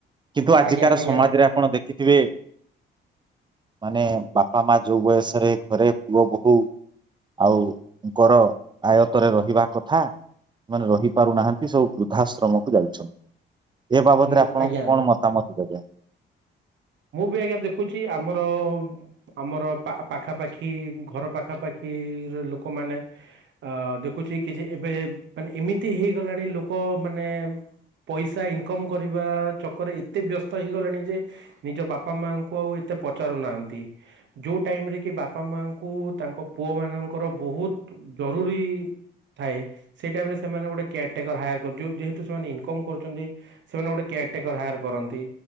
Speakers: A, on the right; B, on the right.
A: କିନ୍ତୁ ଆଜିକାର
B: ଆଜ୍ଞା ଆଜ୍ଞା
A: ସମାଜରେ ଆପଣ ଦେଖିଥିବେ ମାନେ ବାପା ମା ଯୋଉ ବୟସରେ ଘରେ ପୁଅ ବୋହୁ ଆଉଙ୍କର ଆୟତରେ ରହିବା କଥା ମାନେ ରହି ପାରୁନାହାନ୍ତି ସବୁ ବୃଦ୍ଧାଶ୍ରମକୁ ଯାଉଛନ୍ତି। ଏ ବାବଦରେ
B: ଉଁ
A: ଆପଣଙ୍କୁ
B: ଆଜ୍ଞା
A: କଣ ମତାମତ ଦେବେ।
B: ମୁଁ ବି ଆଜ୍ଞା ଦେଖୁଛି ଆମର ଆମର ପା ପାଖା ପାାଖି ଘର ପାଖାପାଖି ଲୋକମାନେ ଅ ଦେଖୁଛି କିଛି ଏବେ ମାନେ ଏମିତି ହେଇଗଲାଣି ଲୋକ ମାନେ ପଇସା ଇନକମ୍ କରିବା ଚକରେ ଏତେ ବ୍ୟସ୍ତ ହେଇଗଲେଣି ଯେ ନିଜ ବାପା ମାଆଙ୍କୁ ଆଉ ଏତେ ପଚାରୁ ନାହାନ୍ତି। ଯେଉଁ ଟାଇମ୍ ରେ କି ବାପା ମାଙ୍କୁ ତାଙ୍କ ପୁଅମାନଙ୍କର ବହୁତ ଜରୁରୀ ଥାଏ ସେଇ ଟାଇମ ରେ ସେମାନେ ଗୋଟେ କେୟାର ଟେକର ହାୟାର କର ଯେହେତୁ ସେମାନେ ଇନକମ କରୁଚନ୍ତି ସେମାନେ ଗୋଟେ କେୟାର ଟେକର ହାୟାର କରନ୍ତି